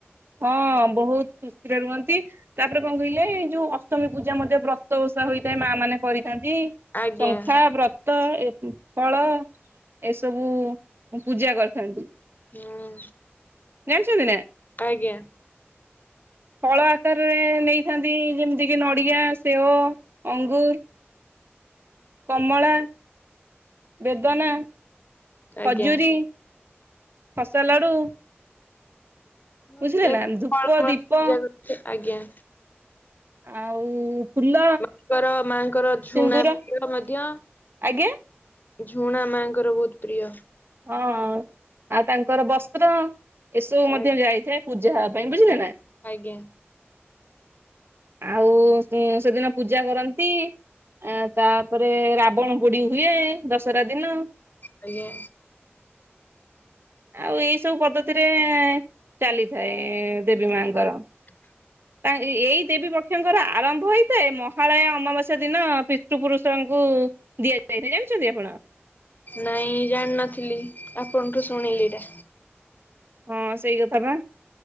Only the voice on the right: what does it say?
ହଁ ବହୁତ୍ ଖୁସିରେ ରୁହନ୍ତି। ତାପରେ କଣ କହିଲେ ଏଇ ଯଉ ଅଷ୍ଟମୀ ପୂଜା ମଧ୍ୟ ବ୍ରତ ଓଷା ହୋଇଥାଏ ମା ମାନେ କରିଥାନ୍ତି
ଶଙ୍ଖା, ବ୍ରତ୍ ବ୍ରତ ଏ- ଫଳ ଏସବୁ ପୂଜା କରିଥାନ୍ତି।
ଜାଣିଚନ୍ତି ନା?
ଫଳ ଆକାରରେ ନେଇଥାନ୍ତି ଯେମିତି କିି ନଡିଆ, ସେଓ ଅଙ୍ଗୁର୍। କମଳା, ବେଦନା
ଖଜୁରୀ, ଖସା ଲଡୁ। ବୁଝିଲେ
ନା ଧୂପ
ଦୀପ
ଆଉ ଫୁଲ
ସିନ୍ଦୁର
ଆଜ୍ଞା
ହଁ ଆଉ ତାଙ୍କର ବସ୍ତ୍ର ଏସବୁ ମଧ୍ୟ
ଯାଇଥାଏ। ପୂଜା ହବା ପାଇଁ ବୁଝିଲେ ନା?
ଆଉ ଉଁ- ସେଦିନ ପୂଜା କରନ୍ତି। ଆ ତାପରେ ରାବଣ ପୋଡି ହୁଏ ଦଶରା ଦିନ।
ଆଉ ଏଇ ସବୁ ପଦ୍ଧତିରେ ଚାଲିଥାଏ ଦେବୀ ମାଙ୍କର।
ତା ଏ-ଏଇ ଦେବୀ ପକ୍ଷଙ୍କର ଆରମ୍ଭ ହୋଇଥାଏ ମହାଳୟା ଅମାବାସ୍ୟା ଦିନ ପିତୃ ପୁରୁଷଙ୍କୁ ଦିଆଯାଇଥାଏ ଜାଣିଚନ୍ତି ଆପଣ?
ହଁ ସେଇ କଥା ବା